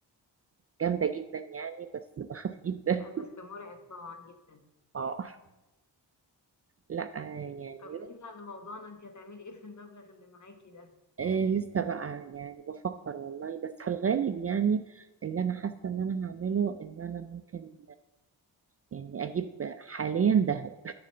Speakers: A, on the right; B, on the left.
A: جامدة جدا يعني بس بخاف جدا
B: لا، بس مرعب طبعا جدا
A: <laughs> اه لا يعني
B: طب نرجع لموضوعنا انت هتعملي ايه في المبلغ اللي معاكي ده
A: آه لسه بقى يعني بفكر والله بس في الغالب يعني اللي انا حاسه ان انا هعمله ان انا ممكن يعني اجيب حاليا ذهب